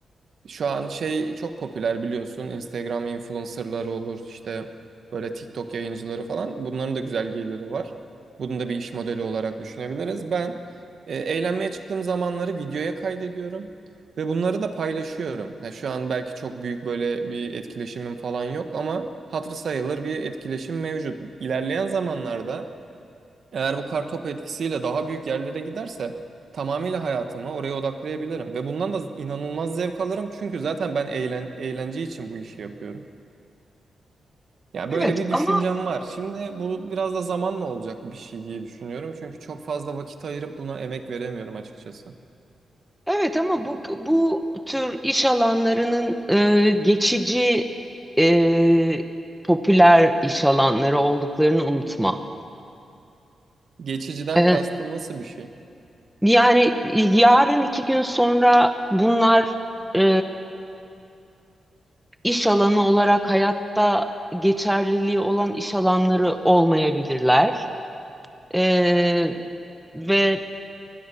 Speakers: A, on the right (about 55°); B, in the centre.
A: Şu an şey çok popüler biliyorsun. Instagram influencerları olur işte böyle TikTok yayıncıları falan. Bunların da güzel geliri var. Bunu da bir iş modeli olarak düşünebiliriz. Ben e, eğlenmeye çıktığım zamanları videoya kaydediyorum ve bunları da paylaşıyorum. Ya şu an belki çok büyük böyle bir etkileşimim falan yok ama hatırı sayılır bir etkileşim mevcut. İlerleyen zamanlarda eğer bu kartopu etkisiyle daha büyük yerlere giderse tamamıyla hayatımı oraya odaklayabilirim. Ve bundan da inanılmaz zevk alırım. Çünkü zaten ben eğlen eğlence için bu işi yapıyorum. Ya
B: Evet
A: böyle bir düşüncem
B: ama
A: var. Şimdi bu biraz da zamanla olacak bir şey diye düşünüyorum. Çünkü çok fazla vakit ayırıp buna emek veremiyorum açıkçası.
B: Evet ama bu bu tür iş alanlarının e, geçici e, popüler iş alanları olduklarını unutma.
A: Geçiciden
B: E,
A: kastım nasıl bir şey?
B: yani yarın iki gün sonra bunlar e, iş alanı olarak hayatta geçerliliği olan iş alanları olmayabilirler. Ee, ve